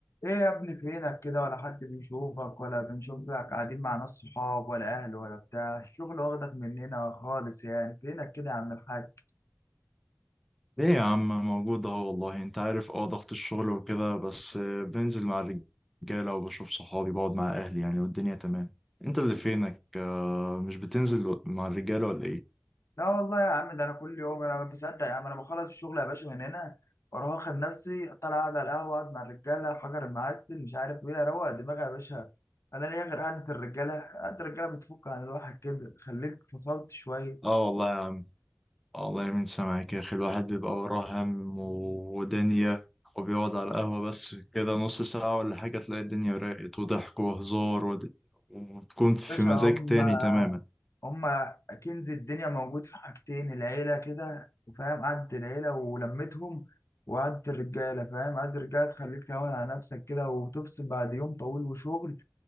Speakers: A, on the left (about 65°); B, in the centre.
A: ايه يا ابني فينك كده ولا حد بيشوفك ولا بنشوفك قاعدين مع ناس صحاب ولا اهل ولا بتاع الشغل واخدك مننا خالص يعني فينك كده يا عم الحاج
B: ليه يا عم موجود اهو والله انت عارف اه ضغط الشغل وكده بس بنزل مع الرجالة وبشوف صحابي بقعد مع اهلي يعني والدنيا تمام انت اللي فينك آه، مش بتنزل مع الرجالة ولا ايه
A: لا والله يا عم ده انا كل يوم انا ما بصدق يا عم انا بخلص الشغل يا باشا من هنا واروح واخد نفسي طالع قاعد على القهوه اقعد مع الرجاله حجر المعسل مش عارف ايه اروق دماغي يا باشا انا ليا غير قعده الرجاله قعده الرجاله بتفك عن الواحد كده خليك فصلت شويه
B: اه والله يا عم آه والله من سامعك يا اخي الواحد بيبقى وراه هم و- ودنيا وبيقعد على القهوة بس كده نص ساعة ولا حاجة تلاقي الدنيا راقت وضحك وهزار ود- وبتكون في
A: باشا
B: مزاج
A: هم
B: تاني تماما
A: هما كنز الدنيا موجود في حاجتين العيلة كده وفاهم قعدة العيلة ولمتهم وقعدة الرجالة فاهم قعدة الرجالة تخليك تهون على نفسك كده وتفصل بعد يوم طويل وشغل